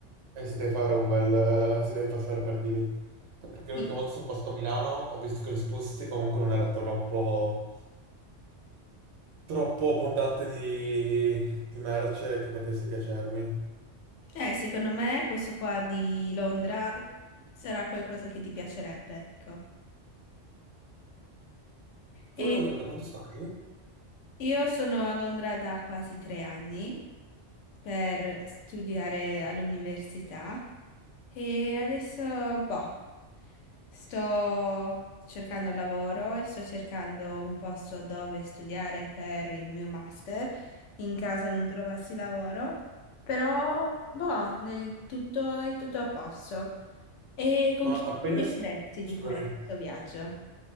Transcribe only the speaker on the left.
Sì.
Eh, secondo me questo qua di Londra sarà qualcosa che ti piacerebbe, ecco.
E
io sono a Londra da quasi tre anni per studiare all'università e adesso, boh, sto cercando lavoro e sto cercando un posto dove studiare per il mio master in caso non trovassi lavoro, però, boh, nel tutto è tutto a posto. E con
chi
ti
piaceresti
di fare questo viaggio?